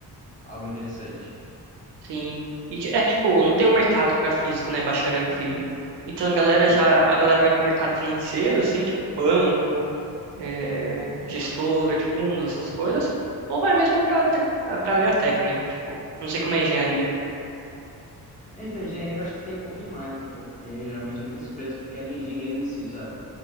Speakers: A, on the left; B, on the right.
A: algo interessante.
B: sim. E ti- é que, tipo, não tem um mercado para físico, né? Bacharel em físico. Então a galera
A: É.
B: já, a galera vai pro mercado financeiro, assim, tipo, banco, eh, gestora de fundos, essas coisas. Ou vai mesmo pra, tec- pra área tech, né? Tipo, não sei como é engenharia
A: É, Então, engenharia eu acho que tem um pouquinho mais, né? Porque geralmente tem muitas empresas que querem engenheiro em si, sabe?